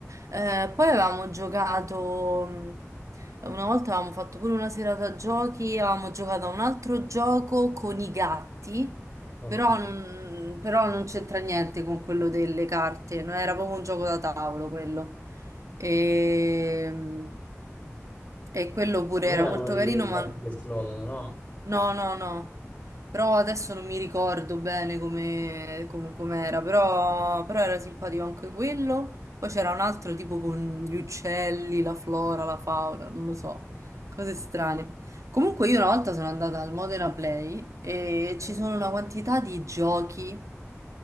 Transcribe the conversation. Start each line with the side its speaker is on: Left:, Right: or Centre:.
Right: eh, poi avevamo giocato, mm, una volta avevamo fatto pure una serata a giochi, avevamo giocato a un altro gioco con i gatti,
Left: ok.
Right: però non, però non c'entra niente con quello delle carte, no? Era proprio un gioco da tavolo quello. E, e quello pure
Left: Non
Right: era
Left: era
Right: molto
Left: quello lì
Right: carino,
Left: che i
Right: ma
Left: gatti che esplodono, no?
Right: no, no, no. Però adesso non mi ricordo bene come, com- com'era, però, però era simpatico anche quello. Poi c'era un altro tipo con gli uccelli, la flora, la fauna, non lo so, cose strane. Comunque io una volta sono andata al Modena Play e
Left: Ok.
Right: ci sono una quantità di giochi